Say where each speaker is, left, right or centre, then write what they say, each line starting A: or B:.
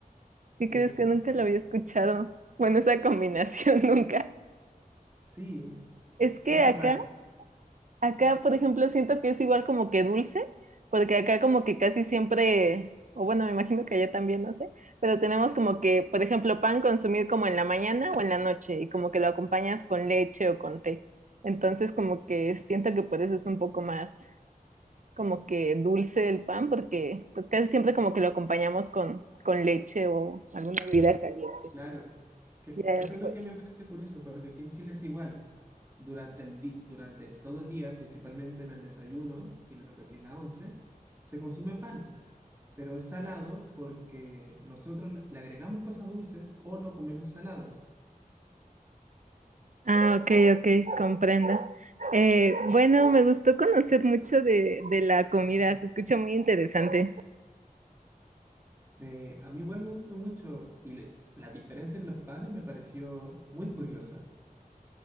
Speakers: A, on the right; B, on the right.
A: ¿sí
B: Em,
A: crees que nunca lo había escuchado? Bueno, esa combinación <laughs> nunca.
B: sí,
A: Es que
B: cosa
A: acá
B: rara.
A: Acá, por ejemplo, siento que es igual como que dulce, porque acá como que casi siempre, o bueno, me imagino que allá también, no sé, pero tenemos como que, por ejemplo, pan consumir como en la mañana o en la noche y como que lo acompañas con leche o con té. Entonces como que siento que por eso es un poco más como que dulce el pan, porque pues casi siempre como que lo acompañamos con, con leche o alguna bebida caliente.
B: Claro, que
A: Ya,
B: eso es lo
A: pues,
B: que me parece curioso, porque aquí en Chile es igual. Durante, el di- durante todo el día, principalmente en el desayuno y lo que aquí es la once, se consume pan, pero es salado porque nosotros le le agregamos cosas dulces o lo comemos salado.
A: Ah, ok, ok, comprendo. Eh, bueno, me gustó conocer mucho de, de la comida, se escucha muy interesante.
B: Me- a mí igual me gustó mucho y le- la diferencia en los panes me pareció muy curiosa.